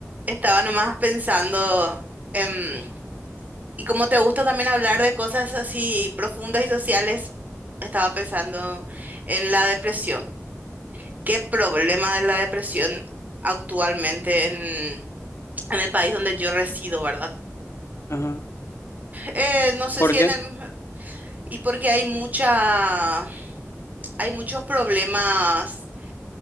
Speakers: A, on the right (about 30°); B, on the left (about 60°).
A: Estaba nomás pensando, em, y como te gusta también hablar de cosas así profundas y sociales, estaba pensando en la depresión. ¿Qué problema de la depresión actualmente en, en el país donde yo resido, ¿verdad?
B: Ajá.
A: Eh, no sé
B: ¿Por
A: si
B: qué?
A: en el... Y porque hay mucha, hay muchos problemas.